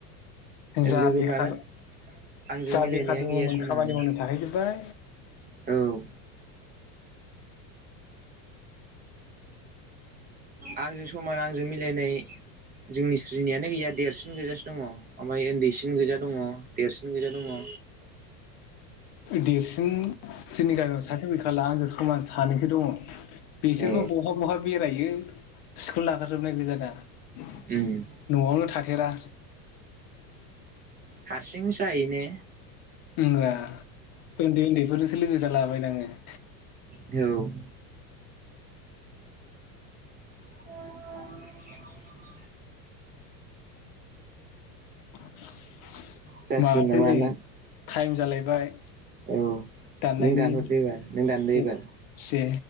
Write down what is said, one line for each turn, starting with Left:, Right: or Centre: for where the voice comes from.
Left: जा
Right: लोगोफ्रानो
Left: बेखार
Right: आंजों
Left: जा
Right: मिलायनायानो
Left: बेखार दङमोन
Right: गैया समानो
Left: खामानि मावनो थाहैजोब्बाय
Right: औ आंजों समान आंजों मिलायनाय जोंनि स्रिनियानो गैया देरसिन गोैजासे दङ ओमफ्राय उन्दैसिन गोजा दङ देरसिन गोैजा दङो
Left: देरसिन सिन जोंनि गामियाव सासेबो गैखाला आंजों समान सानैबो दङ बिसोरबो
Right: ए
Left: बहा बहा बेरायो स्कुल नागारजोबनाय गोजादा न'आवनो
Right: उम
Left: थाथेरा <inaudible>
Right: हारसिंसो जायोने
Left: उमरा उन्दै उन्दैफोरसो लोगो जालाबायनाङो <inaudible>
Right: औ <inaudible>
Left: <inaudible>
Right: जासिगोन
Left: माथो
Right: नामा
Left: नै
Right: ना
Left: टाइम जालायबाय
Right: औ
Left: दाननायनि
Right: नों दानहरदो एबार नों दानदो
Left: दे
Right: एबार